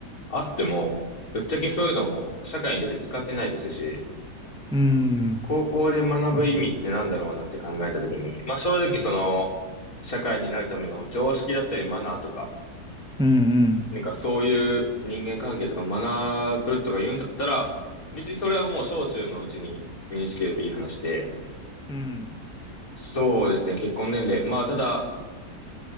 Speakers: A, on the left (about 55°); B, in the centre.
A: あっても、ぶっちゃけそういうのを社会に出て使ってないですし、
B: ーん。
A: 高校で学ぶ意味ってなんだろうなって考えたときに、
B: うん
A: まあ正直その、社会になるための常識だったりマナーとか、
B: うん。
A: なんかそういう人間関係とか学ぶとか言うんだったら、別にそれはもう小中のうちに身につければいい話で、
B: うん。
A: そうですね、結婚年齢。まあただ、